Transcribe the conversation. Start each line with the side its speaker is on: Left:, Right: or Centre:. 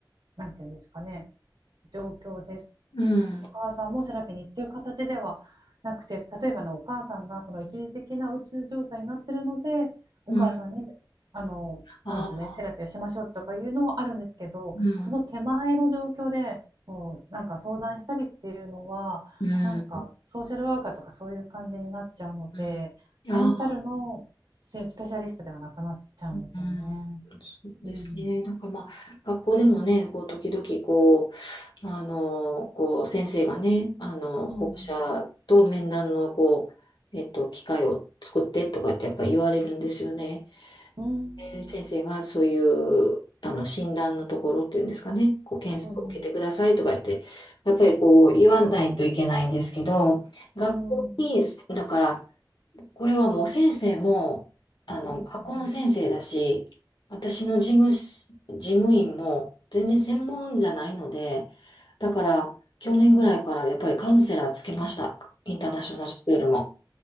Right: なんていうんですかね、状況です。
Left: うん、
Right: お母さんもセラピーにっていう形ではなくて、例えばのお母さんがその一時的なうつ状態になってるので、お母さんにあのそうですよね、
Left: うん、あ、
Right: セラピーをしましょうとかいうのはあるんですけど、
Left: うん、
Right: その手前の状況でもうなんか相談したりっていうのは、
Left: うん、
Right: なんかソーシャルワーカーとかそういう感じになっちゃうので、
Left: うん。
Right: メンタルのせスペシャリストではなくなっちゃうんですよね。
Left: あうん、そうですね。
Right: うん。
Left: なんかまあ、学校でもね、こう、時々こう、あの、こう、先生がね、あの、保護者と面談の、
Right: うん。
Left: こう、えっと、機会を作ってとかってやっぱ言われるんですよね。
Right: うん。うん。
Left: で先生がそういう、あの、診断のところっていうんですかね、こう、検査を受けてくださいとか言って、
Right: うん。
Left: やっぱりこう、言わないといけないんですけど、学校に、
Right: うん。うん
Left: だから、これはもう先生も、あの、
Right: うんうん
Left: 学校の先生だし、私の事務し、事務員も全然専門じゃないので、だから、去年ぐらいからやっぱりカウンセラーつけました。インターナショナルスクールも。